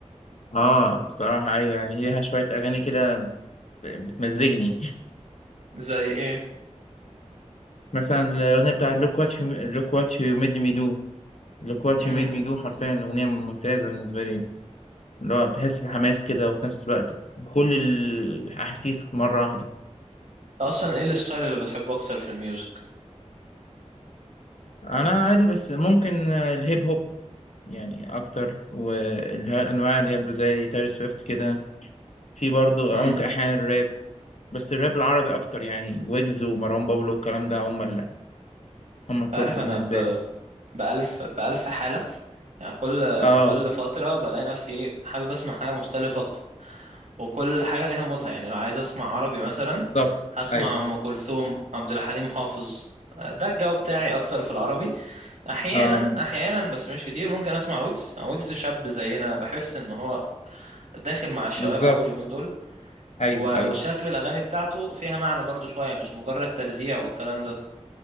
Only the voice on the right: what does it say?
زي ايه
امم
انت
اصلا ايه الستايل اللي بتحبه اكتر في الميوزك
امم
انت عارف
انا ب...
بألف بألف حاله يعني كل
كل فتره بلاقي نفسي ايه حابب اسمع حاجه مختلفه اكتر وكل حاجة ليها مودها يعني لو عايز أسمع عربي مثلا
هسمع
أم كلثوم عبد الحليم حافظ ده الجو بتاعي أكتر في العربي أحيانا
أحيانا بس مش كتير ممكن أسمع ويجز يعني ويجز شاب زينا بحس إن هو داخل مع الشباب
أوي اليومين دول
و-
وشكل الأغاني بتاعته فيها معنى برضو شوية مش مجرد ترزيع والكلام ده